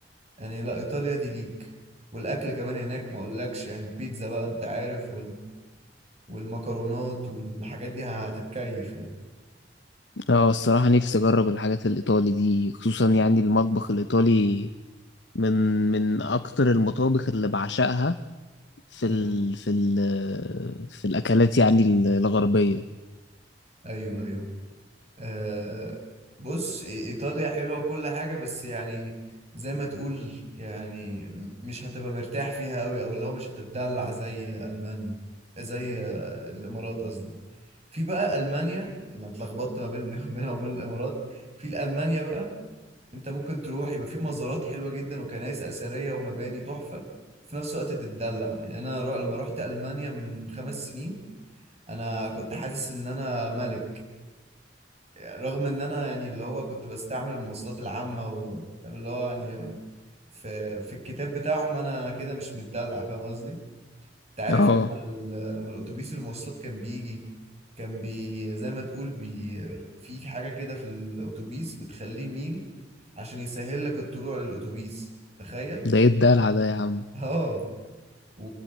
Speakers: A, on the right; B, on the left.
A: يعني لا ايطاليا دي ليك والاكل كمان هناك ما اقولكش يعني البيتزا بقى انت عارف والمكرونات والحاجات دي هتتكيف يعني
B: اه الصراحة نفسي اجرب الحاجات الايطالي دي خصوصا يعني المطبخ الايطالي من من اكتر المطابخ اللي بعشقها في
A: مم.
B: ال في ال في الاكلات يعني الغربية
A: ايوه ايوه أه بص إي- ايطاليا حلوه وكل حاجه بس يعني زي ما تقول يعني م- مش هتبقى مرتاح فيها قوي او لو مش هتتدلع زي المانيا زي آه، الامارات قصدي في بقى المانيا انا اتلخبطت ما بين <laughs> بينها وبين الامارات في المانيا بقى انت ممكن تروح يبقى في مزارات حلوه جدا وكنائس اثريه ومباني تحفه وفي نفس الوقت تتدلع يعني انا رو- لما رحت المانيا من خمس سنين انا كنت حاسس ان انا ملك رغم ان انا يعني اللي هو كنت بستعمل المواصلات العامة و- فاهم اللي هو يعني في في الكتاب بتاعهم انا كده مش متدلع فاهم قصدي انت عارف
B: اه
A: لما ال- لما الاتوبيس المواصلات كان بيجي كان بي زي ما تقول بي في حاجة كده في الاتوبيس بتخليه ميل عشان يسهل لك الطلوع للاتوبيس تخيل
B: ده ايه الدلع ده يا عم
A: اه و...